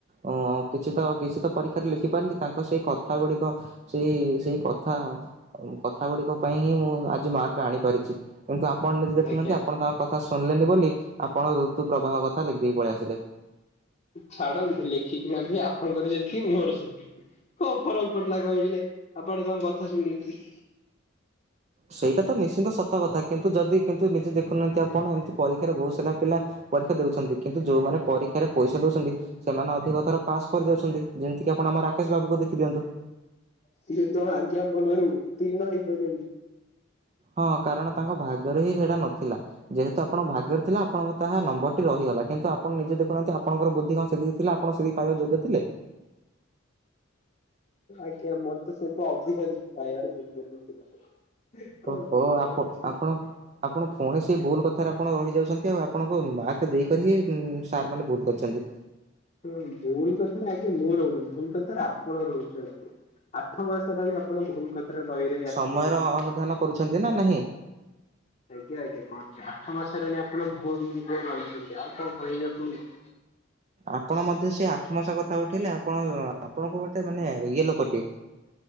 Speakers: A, on the right; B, on the left.
A: ଓ କିଛି ତ କିଛି ତ ପରୀକ୍ଷାରେ ଲେଖି ପାରିଲି ତାଙ୍କ ସେଇ କଥା ଗୁଡ଼ିକ ସେଇ ସେଇ କଥା କଥା ଗୁଡ଼ିକ ପାଇଁ ହିଁ ମୁଁ ଆଜି ମାର୍କ ଆଣିପାରିଛି। କିନ୍ତୁ ଆପଣ ନିଜେ ଦେଖୁନାହାନ୍ତି
B: ଆଜ୍ଞା
A: ଆପଣ ତାଙ୍କ କଥା ଶୁଣିଲେନି ବୋଲି ଆପଣ ଋତୁ ପ୍ରବାହ କଥା ଲେଖି ଦେଇକି ପଳେଇ ଆସିଲେ।
B: ଛାଡ଼ ଲେଖିକି ନାହିଁ ଆପଣଙ୍କର ଯେତିକି ମୋର ସେତିକି। କଣ ଫରକ୍ ପଡ଼ିଲା କହିଲେ ଆପଣ ତାଙ୍କ କଥା ଶୁଣିକି।
A: ସେଇଟା ତ ନିଶ୍ଚିନ୍ତ ସତ କଥା କିନ୍ତୁ ଯଦି କିନ୍ତୁ ନିଜେ ଦେଖୁନାହାନ୍ତି ଆପଣ ଏମିତି ପରୀକ୍ଷାରେ ବହୁତ ସାରା ପିଲା ପରୀକ୍ଷା ଦଉଛନ୍ତି କିନ୍ତୁ ଯୋଉମାନେ ପରୀକ୍ଷାରେ ପଇସା ଦଉଛନ୍ତି ସେମାନେ ଅଧିକ ଥର ପାସ୍ କରି ଯାଉଛନ୍ତି ଯେମିତିକି ଆପଣ ଆମ ରାକେଶ ବାବୁକୁ ଦେଖି ଦିଅନ୍ତୁ।
B: ସିଏ ତ ଆଜ୍ଞା ମୂଳରୁ ଉତିନ୍ନ ହେଇପାରେନି।
A: ହଁ କାରଣ ତାଙ୍କ ଭାଗରେ ହିଁ ସେଇଟା ନଥିଲା। ଯେହେତୁ ଆପଣଙ୍କ ଭାଗ୍ୟରେ ଥିଲା ଆପଣଙ୍କ ତାହା ନମ୍ବରଟି ରହିଗଲା କିନ୍ତୁ ଆପଣ ନିଜ ଦେଖୁହାନ୍ତି ଆପଣଙ୍କର ବୁଦ୍ଧି କଣ ସେତିକି ଥିଲା ଆପଣ ସେତିକି ପାଇବା ଯୋଗ୍ୟ ଥିଲେ?
B: ଆଜ୍ଞା ମୋର ତ ସେଇଠୁ ଅଧିକ ପାଇାର ଯୋଗ୍ୟତ ଥିଲା। କଣ
A: ଓହୋ
B: କରିବି
A: ଆପ
B: ଆଉ ଇଚ୍ଛା
A: ଆପଣ ଆପଣ ପୁଣି ସେ ଭୁଲ କଥାରେ ଆପଣ ରହିଯାଉଛନ୍ତି ଆଉ ଆପଣଙ୍କ ମାର୍କ ଦେଇକରି ହିଁ ସାର୍ ମାନେ ଭୁଲ କରିଛନ୍ତି।
B: ହଁ ଭୁଲ୍ କଥାରେ ଆଜ୍ଞା ମୁଁ ରହୁନି ଭୁଲ୍ କଥାରେ ଆପଣ ରହୁଛନ୍ତି। ଆଠ ମାସ୍ ହେଲାଣି ଆପଣ ଭୁଲ୍ କଥାରେ ରହି ରହି ଆସିଲେନି।
A: ସମୟର ଅନୁଧ୍ୟାନ କରୁଛନ୍ତି ନା ନାହିଁ?
B: ଆଜ୍ଞା ଆଜ୍ଞା କଣ ଆଠ ମାସ ହେଲାଣି ଆପଣ ଭୁଲ୍ ମିକ ରହିଛନ୍ତି ଆଉ କଣ କହିବି ଆପଣଙ୍କୁ।
A: ଆପଣ ମଧ୍ୟ ସେ ଆଠ ମାସ କଥା ଉଠେଇଲେ ଆପଣ ଆପଣଙ୍କୁ ଗୋଟେ ମାନେ ଇଏ ଲୋକଟିିଏ।